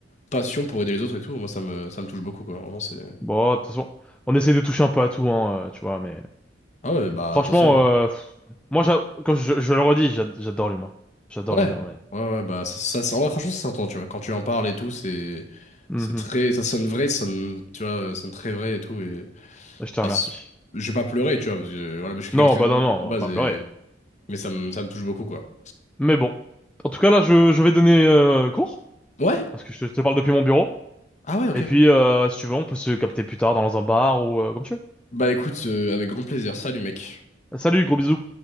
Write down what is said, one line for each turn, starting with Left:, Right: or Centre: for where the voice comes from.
Left: passion pour aider les autres et tout. Moi, ça me, ça me touche beaucoup, quoi. Vraiment, c'est...
Centre: Bon, de toute façon, on essaie de toucher un peu à tout, hein, euh, tu vois, mais
Left: Ah ouais, bah,
Centre: Franchement,
Left: de toute façon...
Centre: euh, pff, moi, j'a- comme je, je le redis, j'a- j'adore l'humain. J'adore
Left: Ouais,
Centre: l'humain, ouais.
Left: ouais, ouais, bah ça, ça, ça- en vrai, franchement, ça s'entend, tu vois. Quand tu en parles et tout, c'est,
Centre: Mhm.
Left: c'est très, ça sonne vrai, ça sonne, tu vois, ça sonne très vrai et tout. Et
Centre: Je te
Left: bah,
Centre: remercie.
Left: c'est- je vais pas pleurer, tu vois, parce que euh, voilà, je suis quelqu'un
Centre: Non,
Left: de très
Centre: bah
Left: émotif
Centre: non, non,
Left: de base
Centre: on va pas
Left: et
Centre: pleurer.
Left: mais ça me, ça me touche beaucoup, quoi.
Centre: Mais bon. En tout cas, là, je, je vais donner euh, cours,
Left: Ouais,
Centre: parce que je te, je te parle depuis mon bureau.
Left: ah ouais, ok.
Centre: Et puis, euh, si tu veux, on peut se capter plus tard dans un bar ou euh, comme tu veux.
Left: Bah écoute, euh, avec grand plaisir. Salut, mec.
Centre: Salut, gros bisous.